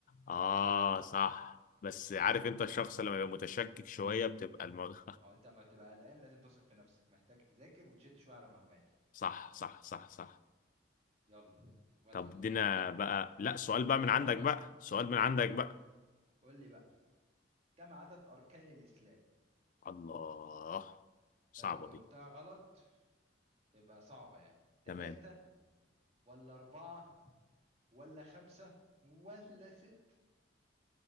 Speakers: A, on the left; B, on the right.
A: اه صح بس عارف انت الشخص لما يبقى متشكك شوية بتبقى الموضوع
B: اه انت لما بتبقى قلقان لازم تثق في نفسك محتاج تذاكر وتشد شويه على معلومات
A: <laughs> صح صح صح صح
B: يلا ودي
A: طب
B: دورك
A: ادينا بقى لا سؤال بقى
B: ده
A: من
B: دور
A: عندك
B: انا
A: بقى سؤال من
B: صح
A: عندك
B: كده
A: بقى
B: قول لي بقى كم عدد اركان الاسلام
A: الله صعبة
B: ده لو جاوبتها
A: دي
B: غلط يبقى صعبه يعني تلاتة
A: تمام
B: ولا أربعة ولا خمسة ولا ست